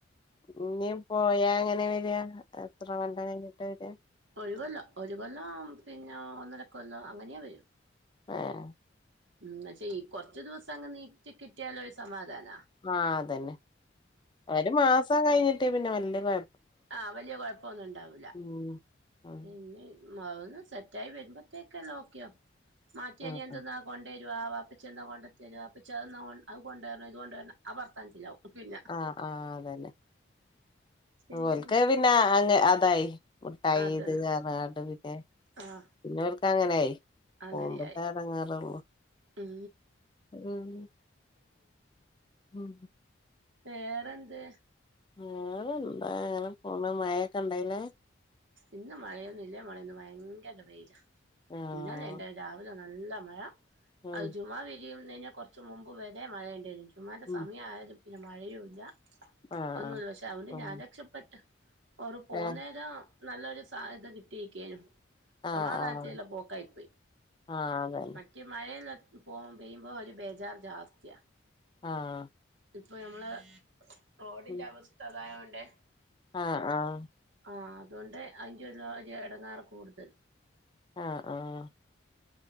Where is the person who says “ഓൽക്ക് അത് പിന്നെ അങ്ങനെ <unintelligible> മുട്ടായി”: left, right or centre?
Left